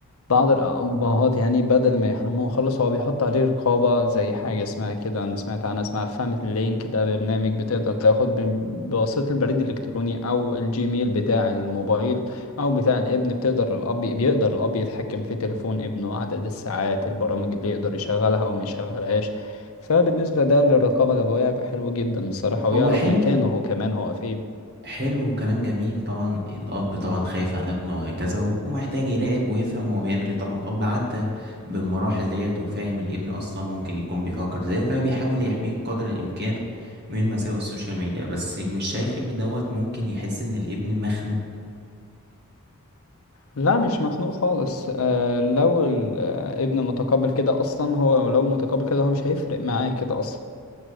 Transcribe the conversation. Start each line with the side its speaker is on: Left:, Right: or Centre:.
Left: بعض الأبهات يعني بدل ما يحرموه خالص هو بيحط عليه رقابة زي حاجة اسمها كده أنا سمعت عنها اسمها فاميلي لينك ده برنامج بتقدر تاخد ب- بواسطة البريد الإلكتروني أو الجيميل بتاع الموبايل أو بتاع الابن بتقدر الأب بيقدر الأب يتحكم في تليفون ابنه عدد الساعات البرامج اللي يقدر يشغلها وما يشغلهاش فبالنسبة ده للرقابة الأبوية هيبقى حلو جدا بصراحة ويعرف
Right: هو حلو
Left: مكانه هو كمان هو فين
Right: حلو كلام جميل طبعا الأب طبعا خايف على ابنه وهكذا و- ومحتاج يراقب ويفهم هو بيعمل ايه طبعا الأب عدى بالمراحل ديت وفاهم الابن أصلا ممكن يكون بيفكر ازاي فبيحاول يحميه بقدر الإمكان من مساوئ السوشيال ميديا بس مش شايف إن دوت ممكن يحس إن الابن مخنوق
Left: لا مش مخنوق خالص آه لو الابن متقبل كده اصلا هو لو متقبل كده هو مش هيفرق معاه كده اصلا